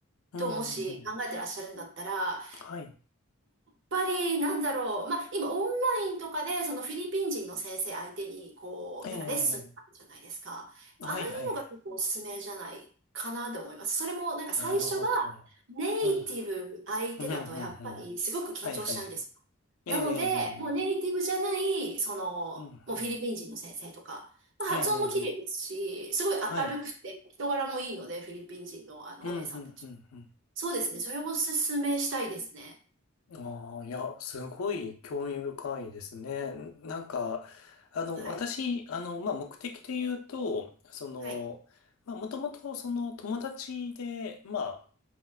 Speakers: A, on the left; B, on the right.
A: うん、
B: と、もし考えてらっしゃるんだったら、
A: うん、うん。はい。
B: ぱり、なんだろう。まあ、今、オンラインとかで、そのフィリピン人の先生相手に、こう、
A: ええ、え
B: なんかレッスンあるじゃないですか。ああいうのが結構おすすめじゃないかなと思います。
A: えはい、はい、はい。
B: それも、なんか最初が、
A: なるほど。
B: ネイティブ相手だと、
A: うん、うん、うん、
B: やっぱり、
A: うん。
B: すごく緊張しちゃうんですよ。
A: はい、はい、はい。ええ、
B: なので、
A: ええ、
B: もうネイティブじゃない、
A: ええ
B: その、
A: うん、
B: もうフィリピン人の先生とか、
A: うん。
B: まあ、
A: ええ、ええ、
B: 発音も綺麗ですし、すごい明るくて、
A: はい。
B: 人柄もいいので、フィリピン人のあの、
A: うん、
B: お姉さんたち。
A: うん、うん、
B: そうですね。それをおすすめしたいですね。
A: うん。ああ、いや、すごい興味深いですね。なんか、あの、
B: はい。
A: 私、あの、まあ、目的で言うと、その、
B: はい。
A: まあ、もともと、その、友達で、まあ、